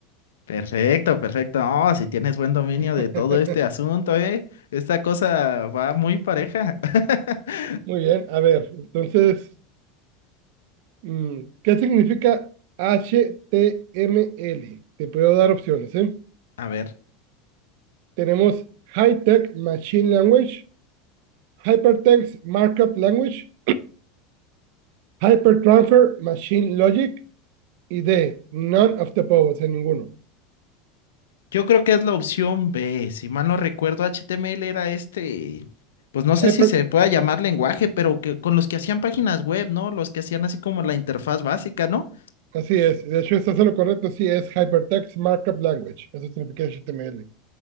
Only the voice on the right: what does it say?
<laughs>
Muy bien, a ver. Entonces, mm, ¿qué significa HTML? Te puedo dar opciones, ¿eh?
Tenemos High Tech Machine Language, Hypertext Markup Language, Hypertransfer Machine Logic y D, None of the above, o sea, ninguno.
Hyper,
así es, de hecho, estás es lo correcto, sí es Hypertext Markup Language, eso significa HTML.